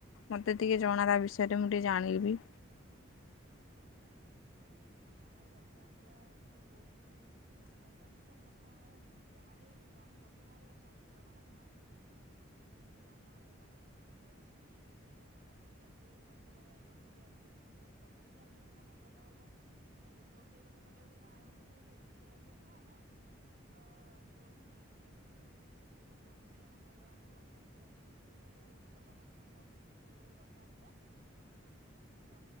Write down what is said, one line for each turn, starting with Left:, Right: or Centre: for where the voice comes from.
Left: ମତେ ଟିକେ ଜଣା ତା ବିଷୟରେ ମୁଁ ଟିକେ ଜାଣିବି।
Right: ହଉ କହୁଛି ଶୁ ଦେଖି ଆମ ଗାଁରେ ରଥଯାତ୍ରା ତ ହଉଛି ରଥଯାତ୍ରାଛି ସମସ୍ତଙ୍କ ଗାରେ ଗୋଟେ ଯାହାେଲେ ଜ ସବୁ ଗାଁରେ ଜଗନ୍ନାଥ ମନ୍ଦିର ହେଇଥିବ ତ ସେମିତି ଆମ ଗାଁରେ ଜଗନ୍ନାଥ ମନ୍ଦିର ଅଛି ଏଇ ବର୍ଷ ବି ଆମର ମାନେ ସବୁ ବର୍ଷ ଭଳିଆ ଏଇ ବର୍ଷ ବି ଆଉ। ମାନେ ବହୁତ ସବୁ ବର୍ଷା ଟିକେ ମାନେ ଭଲ ଭଲ ମାନେ ଗୋଟେ ବର୍ଷ ଏକ ବର୍ଷ କଲେ ବୋଲି କଣ ଆଠ ବର୍ଷ ସେଇୟଆ କରିବି ସେଇଆ ତ ନୁହଁ ନା ତ ଯୋଉ ଯୋଉ ସବୁ ବର୍ଷ ଟିକେ ଆମର ଭଲ ଭାବରେ କରୁଛନ୍ତି ରଜ ଉତ୍ସମ ଯୋଉ ଜଗନ୍ନାଥଙ୍କ ଯୋଉ ରଥଯାତ୍ରରେ। ତ